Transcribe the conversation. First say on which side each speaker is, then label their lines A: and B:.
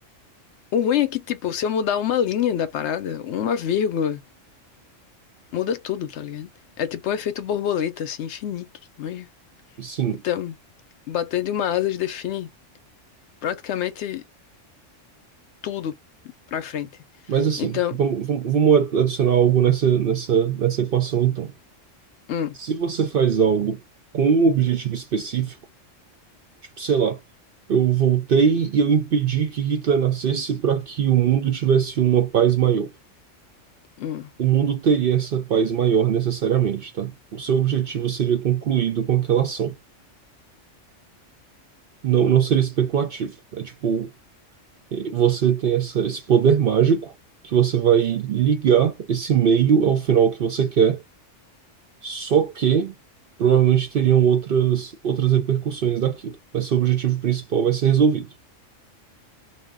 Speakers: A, on the left; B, on the right.
A: o ruim é que, tipo, se eu mudar uma linha da parada, uma vírgula, muda tudo, tá ligado? É tipo um efeito borboleta, assim, infinito. Mas,
B: Sim.
A: então, bater de uma asa define praticamente tudo pra frente.
B: Mas assim,
A: Então,
B: vamos, vamos, vamos adicionar algo nessa, nessa, nessa equação então.
A: hum,
B: Se você faz algo com um objetivo específico, tipo, sei lá, eu voltei e eu impedi que Hitler nascesse para que o mundo tivesse uma paz maior.
A: hum,
B: O mundo teria essa paz maior necessariamente, tá? O seu objetivo seria concluído com aquela ação. Não, não seria especulativo. É tipo, eh, você tem essa, esse poder mágico que você vai ligar esse meio ao final que você quer Só que provavelmente teriam outras, outras repercussões daquilo. Mas seu objetivo principal vai ser resolvido.